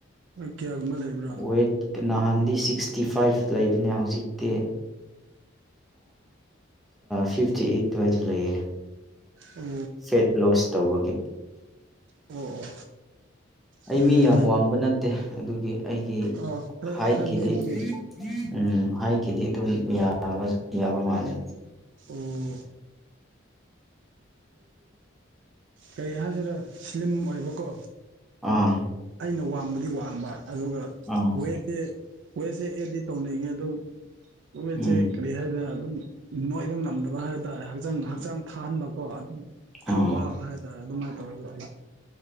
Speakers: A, on the right (about 60°); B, in the centre.
A: ꯀꯌꯥꯒꯨꯝꯕ ꯂꯩꯕ꯭ꯔꯥ
B: ꯋꯦꯠ ꯅꯍꯥꯟꯗꯤ ꯁꯤꯛꯁꯇꯤ ꯐꯥꯏꯚ ꯂꯩꯕꯅꯦ ꯍꯧꯖꯤꯛꯇꯤ ꯐꯤꯐꯇꯤ ꯑꯩꯠ ꯑꯗꯨꯋꯥꯏꯗ ꯂꯩꯌꯦ
A: ꯑꯣ
B: ꯐꯦꯠ ꯂꯣꯁ ꯇꯧꯕꯒꯤ
A: ꯑꯣ ꯑꯣ
B: ꯑꯩ
A: ꯑꯗꯨꯗꯤ
B: ꯃꯤ ꯌꯥꯝ
A: ꯐꯩ
B: ꯋꯥꯡꯕ ꯅꯠꯇꯦ ꯑꯗꯨꯒꯤ ꯑꯩꯒꯤ
A: ꯑ ꯈꯔ
B: ꯍꯥꯏꯠꯀꯤꯗꯤ
A: ꯈꯔ ꯅꯦꯝꯕꯒꯤ
B: ꯎꯝ ꯍꯥꯏꯈꯤꯗꯤ ꯑꯗꯨꯝꯕ ꯌꯥꯕ ꯃꯥꯜꯂꯦ
A: ꯑꯣ ꯀꯩ ꯍꯥꯏꯁꯤꯔ ꯁ꯭ꯂꯤꯝ ꯑꯣꯏꯕꯀꯣ
B: ꯑꯥ
A: ꯑꯩꯅ ꯋꯥꯡꯕꯗꯤ ꯋꯥꯡꯕ ꯑꯗꯨꯒ
B: ꯑꯥ
A: ꯋꯦꯠꯁꯦ ꯋꯦꯠꯁꯦ ꯑꯦꯗꯤ ꯇꯧꯅꯤꯡꯉꯦ ꯑꯗꯨ ꯀꯋꯦꯁꯦ
B: ꯎꯝ
A: ꯀꯔꯤ ꯍꯥꯏꯗꯅ ꯑꯗꯨꯝ ꯅꯣꯏꯕ ꯉꯝꯗꯕ ꯍꯥꯏꯕ ꯇꯔꯦ ꯍꯛꯆꯥꯡ ꯍꯛꯆꯥꯡ ꯊꯥꯍꯟꯕ ꯀꯣ ꯑꯗꯨꯝ ꯈꯔ
B: ꯑꯥ
A: ꯋꯥꯕ ꯍꯥꯏꯇꯥꯔꯦ ꯑꯗꯨꯃꯥꯏꯅ ꯇꯧꯔꯦꯗ ꯑꯩ